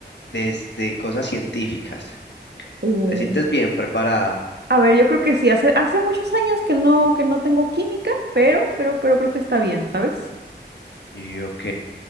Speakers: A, on the left; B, on the right.
A: de, de cosas científicas?
B: Mm.
A: ¿Te sientes bien preparada?
B: A ver, yo creo que sí, hace, hace muchos años que no, que no tengo química, pero, pero, pero creo que está bien, ¿sabes?
A: Y ok,